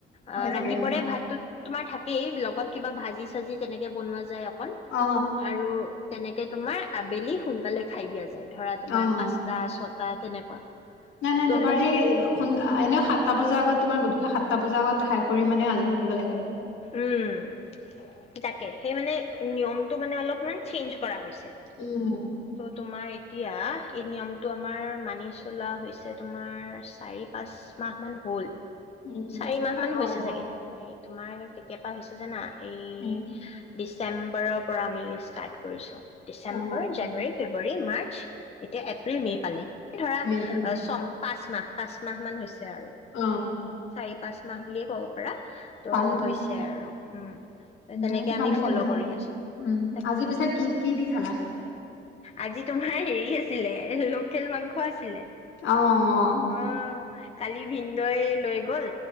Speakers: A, on the left (about 30°); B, on the left (about 75°).
A: আহ
B: হৈ থাকে
A: ৰাতিপুৱাৰে
B: অ
A: ভাতটো তোমাৰ থাকেই লগত কিবা ভাজি চাজি কেনেকে বনোৱা যায়
B: অ
A: আৰু তেনেকে তোমাৰ আবেলি সোনকালে খাই দিয়া যায়, ধৰা তোমাৰ
B: অ অ
A: পাঁচটা,
B: অ
A: ছ বা তেনেকুৱা
B: নাই - নাই
A: ত'
B: দুবাৰ
A: মানে
B: সেই অসো এনেও সাতটা বজাৰ আগত তোমাৰ গধূলি সাতটা বজাৰ আগত খাই কৰি মানে আজৰি হব লাগে
A: উম তাকে সেই মানে নিয়মটো মানে অলপমান চেঞ্জ কৰা হৈছে
B: উম
A: ত' তোমাৰ এতিয়া এই নিয়মটো আমাৰ মানি চলা হৈছে তোমাৰ চাৰি পাঁচ মাহমান হ'ল
B: উম উম
A: চাৰি মাহ
B: মানে
A: মান
B: ভাল
A: হৈছে
B: ভাল
A: চাগে হ তোমাৰ কেতিয়াবা হৈছে জানা এই
B: উম
A: ডিচেম্বৰৰ পৰা আমি ষ্টাৰ্ট কৰিছো ডিচেম্বৰ
B: অ
A: জানুৱাৰী - ফেব্ৰুৱাৰী -মাৰ্চ এতিয়া এপ্ৰিল- মে' পালেই। ধৰা
B: মে পালেহি
A: চম পাঁচ মাহ পাঁচ- মাহ মান হৈছে। আৰু
B: অ
A: চাৰি পাঁচ মাহুলে ক'ব পাৰা ত
B: পাৰি পাৰি
A: হৈছে আৰু উম তেনেকে
B: নাইটো বান্ধিলে
A: আমি ফ'ল'
B: ভাল
A: কৰি আছোঁ।
B: উম
A: তাকে
B: আজি পিছা কি কি দি খালা
A: আজি তোমাৰ হেৰি আছিলে লোকেল মাংস আছিলে
B: অহ', -ৱ',
A: অ কালি ভিনদেও এ লৈ গল